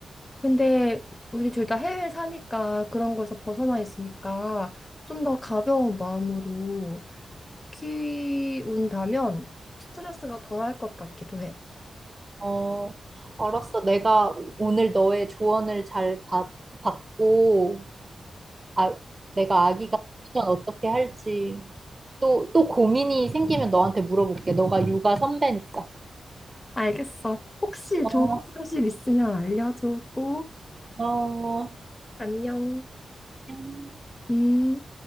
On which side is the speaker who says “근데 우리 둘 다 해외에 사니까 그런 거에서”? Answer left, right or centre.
Left